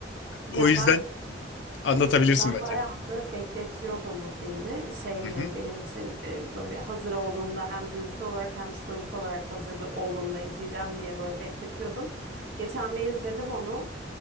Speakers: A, on the right; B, on the left.
A: Ya
B: o yüzden
A: ben
B: anlatabilirsin
A: Ben
B: bence.
A: bayağı da bekletiyordum bu filmi. Şey
B: Hı hı.
A: hani benim için e, böyle hazır olduğumda hem duygusal olarak hem psikolojik olarak hazırlı olduğumda izleyeceğim diye böyle bekletiyordum. Geçen bir izledim onu.